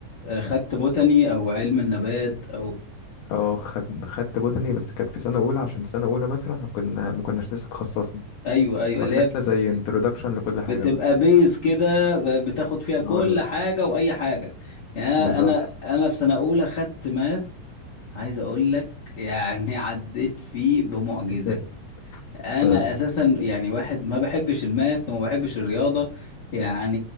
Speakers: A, on the left; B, on the left.
A: خدت بوتاني او علم النبات او
B: اه خد خدت بوتاني بس كانت في سنة أولى عشان سنة أولى مثلا إحنا كنا ما كناش لسه اتخصصنا
A: ايوه ايوه
B: فخدنا
A: اللي هي
B: زي انترودكشن لكل
A: بتبقى
B: حاجة بقى
A: بيز كده بتاخد فيها كل
B: هو ال-
A: حاجة وأي حاجة يعني أنا
B: بالظبط
A: أنا أنا في سنة أولى خدت ماث عايز أقول لك يعني <laughs> عديت فيه بمعجزة
B: <laughs>
A: أنا
B: آه.
A: أساسا يعني واحد ما بحبش الماث وما بحبش الرياضة يعني